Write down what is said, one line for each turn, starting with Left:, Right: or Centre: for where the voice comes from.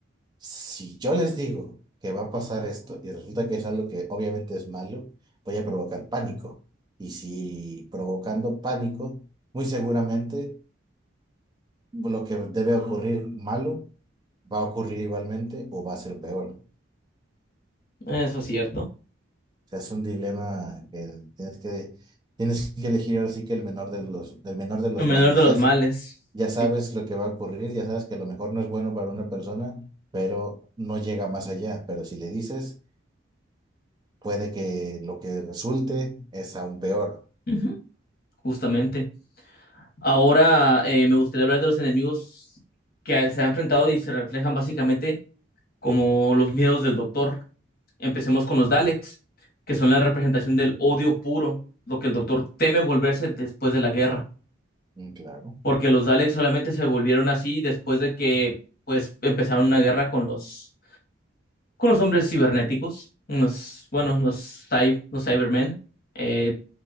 Right: Si yo les digo que va a pasar esto y resulta que es algo que obviamente es malo, voy a provocar pánico. Y si provocando pánico, muy seguramente lo que debe ocurrir malo va a ocurrir igualmente o va a ser peor. O
Left: eso es cierto.
Right: sea, es un dilema que tienes que, tienes que elegir ahora sí que el menor de los, del menor de los
Left: El menor
Right: males.
Left: de los
Right: Ya, s-
Left: males.
Right: ya
Left: Sí,
Right: sabes lo que va a ocurrir, ya sabes que a lo mejor no es bueno para una persona, pero no llega más allá. Pero si le dices Puede que lo que resulte es aún peor.
Left: Ujú, justamente. Ahora eh, me gustaría hablar de los enemigos que se han enfrentado y se reflejan básicamente como los miedos del doctor. Empecemos con los Daleks, que son la representación del odio puro, lo que el doctor teme volverse después de la guerra.
Right: Mm, Claro,
Left: porque los Daleks solamente se volvieron así después de que pues empezaron una guerra con los con los hombres cibernéticos, los bueno, los cy- los Cybermen, eh,